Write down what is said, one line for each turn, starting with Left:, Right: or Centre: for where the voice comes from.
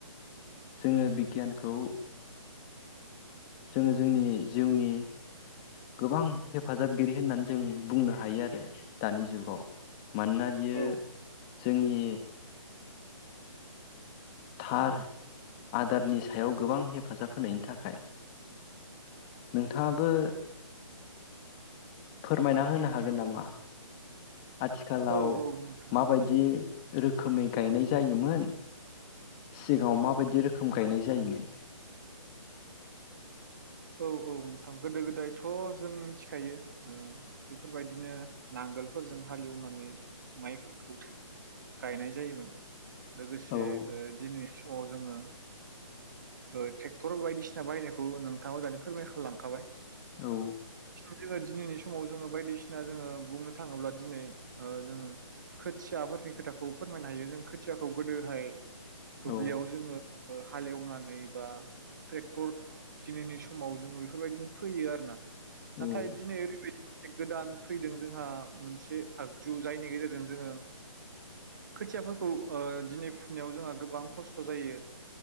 Left: जोङो बिगियानखौ जोङो जोंनि जिउनि गोबां हेफाजाबगिरि होननानै जों बुंनो हायो आरो दानि जुगाव। मानोना बियो
Right: औ
Left: जोंनि थार आदारनि सायाव गोबां हेफाजाब होनायनि थाखाय नोंथाङाबो फोरमायना होनो हागोन नामा? आथिखालाव
Right: औ औ नोंथां
Left: माबायदि रोखोमै गायनाय जायोमोन सिगाङाव माबायदि रोखोम गायनाय जायोमोन
Right: औ औ नोंथां गोदो गोदायथ' जों मिथिखायो ओ बेफोरबायदिनो नांगोलफोरजों हालेवनानै माइफोरखौ गायनाय जायोमोन। लोगोसे
Left: औ
Right: ओ दिनै समाव जोङो ओ ट्रेक्टर बायदिसिना बाहायनायखौ नों थाङाव दानि फोरमाय खालामलांखाबाय
Left: औ
Right: जोङो दिनैनि समाव जोङो बायदिसिना जोङो बुंनो थाङोब्ला दिनै ओ जोङो खोथियाफोरनि खोथाखौ फोरमायनो हायो जों खोथियाखौ गोदोहाय दुब्लियाव
Left: औ
Right: जोङो ओ हालेवनानै बा ट्रेक्टर दिनैनि समाव जोङो बेफोरबायदिनो फैयो आरोना। नाथाय
Left: औ
Right: दिनै ओरैबायदि गोदान फैदों जोंहा मोनसे आगजु जायनि गेजेरजों जोङो खोथियाफोरखौ ओ दिनै फुनायाव जोंहा गोबां खस्थ जायो।